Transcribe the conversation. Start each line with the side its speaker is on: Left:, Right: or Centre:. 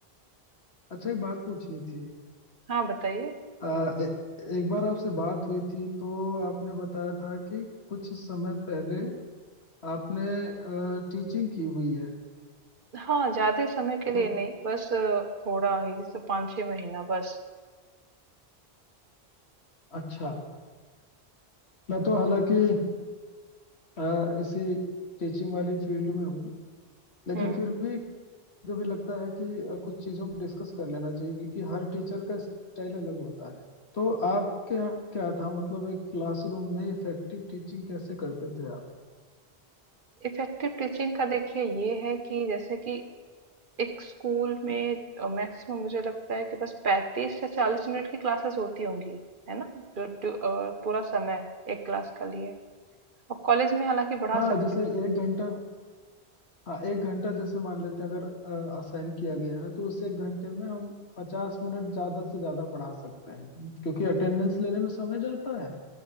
Left: अच्छा एक बात पूछनी थी
Right: हाँ बताइए
Left: आ, ए, एक बार आपसे बात हुई थी तो आपने बताया था कि कुछ समय पहले आपने टीचिंग की हुई है
Right: हाँ ज्यादा समय के लिए
Left: तो
Right: नहीं बस अ, थोड़ा ही जैसे पाँच छह महीना बस
Left: अच्छा मैं तो हालांकि आ, इसी टीचिंग वाली फील्ड में हूँ लेकिन
Right: हम्म
Left: फिर भी मुझे भी लगता है कि अ, कुछ चीज़ों पर डिस्कस कर लेना चाहिए क्योंकि हर टीचर का स्टाइल अलग होता है तो आपके यहाँ क्या था मतलब एक क्लासरूम में इफेक्टिव टीचिंग कैसे करते थे आप
Right: इफेक्टिव टीचिंग का देखिए ये है कि जैसे कि एक स्कूल में मैक्सिमम मुझे लगता है कि बस पैंतीस या चालीस मिनट की क्लासेस होती होंगी है ना जो, जो अ, पूरा समय एक क्लास का लिए और कॉलेज में हालांकि बढ़ा
Left: हाँ
Right: सकते
Left: जैसे
Right: हैं
Left: एक घंटा हाँ एक घंटा जैसे मान लेते हैं अगर असाइन किया गया है तो उस एक घंटे में हम पचास मिनट ज़्यादा से ज़्यादा पढ़ा सकते हैं क्योंकि अटेंडेंस लेने में समय जाता है